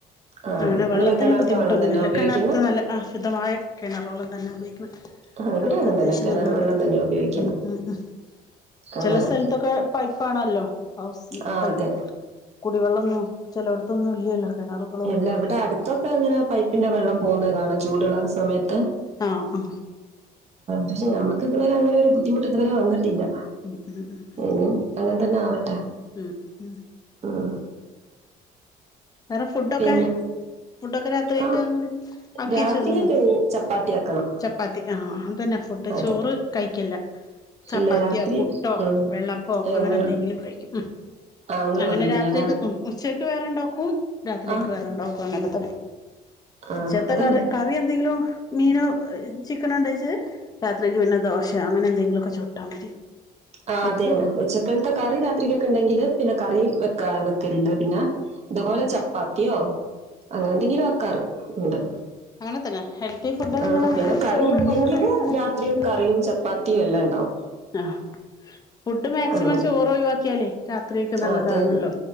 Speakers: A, on the right (about 40°); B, on the left (about 20°).
A: ആഹ്
B: അങ്ങനെ
A: നിങ്ങള്
B: വെള്ളത്തിന്
A: കിണറത്തെ
B: ബുദ്ധിമുട്ടൊന്നുമല്ല
A: വെള്ളം തന്നെ ഉപയോഗിക്കുന്നെ
B: കിണറത്ത് നല്ല അ ശുദ്ധമായ കിണർ വെള്ളം തന്നെ ഉപയോഗിക്കണം
A: ആഹ് ഇവിടെ
B: വെള്ളൊക്കെ
A: അങ്ങനെ
B: അത്യാവശ്യം
A: തന്നെ കിണർ
B: നല്ലോണ്ട്
A: വെള്ളം തന്നെ ഉപയോഗിക്കുന്നെ
B: ഉം ഉം ഉം
A: അങ്ങനെ
B: ചില സ്ഥലത്തൊക്കെ പൈപ്പാണല്ലോ ഹൗസ്
A: ആഹ്
B: പൈപ്പ്
A: അതെ
B: കുടിവെള്ളൊന്നും ചെലോട്ത്തൊന്നും ഇല്ലല്ലോ കിണറുകളൊന്നും
A: അല്ല
B: തോന്നും
A: ഇവടെ അടുത്തൊക്കെങ്ങനെ പൈപ്പിന്റെ വെള്ളം പോകുന്ന കാണാം ചൂടുള്ള സമയത്ത്
B: ആഹ്
A: പക്ഷെ നമുക്ക് ഇതുവരെ അങ്ങനെരു ബുദ്ധിമുട്ട് ഇതുവരെ വന്നിട്ടില്ല
B: ഉം ഉം ഉം
A: ഉം അങ്ങനെ തന്നെ ആവട്ടെ
B: ഉം
A: ഉം
B: വേറെ ഫുഡൊക്കെ
A: പിന്നെ
B: ഫുഡൊക്കെ രാത്രിയൊക്ക
A: ആഹ്
B: ങ്ങനെ ആക്കി
A: രാത്രിയിലൊക്കെ
B: വെച്ചതാണോ
A: ഇനി ചപ്പാത്തി ആക്കണം
B: ചപ്പാത്തി ആഹ് അതന്നെ ഫുഡ്
A: അതെ
B: ചോറ് കഴിക്കില്ല ചപ്പാത്തിയോ
A: ഇല്ല രാത്രി
B: പുട്ടോ
A: ഉം
B: വെള്ളപ്പോ
A: ഞങ്ങളും
B: അങ്ങനെന്തെങ്കിലും കഴിക്കും ഉം
A: ആങ്ങളും
B: അങ്ങനെ
A: തന്നെയാണ്
B: രാത്രിക്ക് ഉം ഉച്ചക്ക് വേറെണ്ടാക്കും രാത്രിയക്ക്
A: ആ
B: വേറെണ്ടാക്കും അങ്ങനത്തെ
A: ആ
B: ഉചേത്തക്കറി
A: അതന്നെ
B: കറി എന്തെങ്കിലും മീനോ ചിക്കനോ ഉണ്ടച് രാത്രിയ്ക്ക് പിന്നെ ദോശ അങ്ങനെ എന്തെങ്കിലുക്കെ ചുട്ടാൽ മതി
A: ആ
B: ഫുഡ്
A: അതെയെനെ ഉച്ചക്കൽത്തെ കറി രാ ത്രിക്ക്‌ ണ്ടെങ്കില് പിന്നെ കറി വെക്ക വെക്കലില്ല പിന്നെ ഇതുപോലെ ചപ്പാത്തിയോ അങ്ങനെന്തെങ്കിലും വെക്കാറ്ണ്ട്
B: അങ്ങനെ തന്നെ ഹെൽത്തി ഫുഡ്
A: ആ
B: ഇങ്ങനെ
A: പിന്നെ കറി
B: ചോറ്
A: ഇല്ലെങ്കില്
B: കൊറേ മാക്സിമം
A: രാത്രിയും
B: ഒഴിവാക്കി
A: കറിയും ചപ്പാ ത്തിയും എല്ലാണ്ടാവും
B: ആഹ് ഫുഡ് മാക്സിമം
A: അങ്ങനെ
B: ചോറൊഴിവാക്കിയാല് രാത്രിയൊക്കെ നല്ലതാണല്ലോ
A: ആ അത് തന്നെ